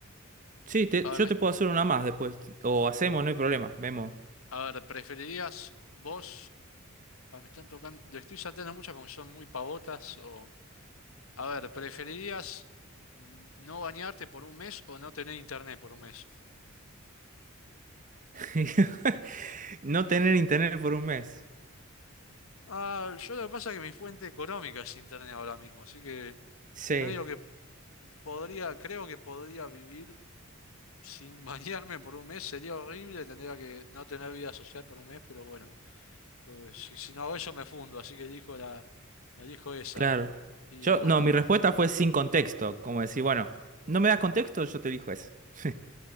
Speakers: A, on the right; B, on the left.
A: sí, te-
B: a
A: yo
B: ver, me-
A: te
B: est-
A: puedo hacer una más después, o hacemos, no hay problema, vemos.
B: a ver, ¿preferirías vos? Ay, me están tocando, le estoy saltando muchas porque son muy pavotas o... A ver, ¿preferirías mm, no bañarte por un mes o no tener internet por un mes?
A: <laughs> No tener internet por un mes.
B: Ah, yo lo que pasa es que mi fuente económica es internet ahora mismo, así que
A: Sí,
B: medio que podría, creo que podría vivir Sin <laughs> bañarme por un mes sería horrible, tendría que no tener vida social por un mes, pero bueno, eh, si, si no hago eso me fundo, así que elijo la, la elijo esa.
A: claro.
B: Y
A: Yo,
B: bueno,
A: no, mi respuesta fue sin contexto, como decir, bueno, no me das contexto, yo te elijo eso. <laughs>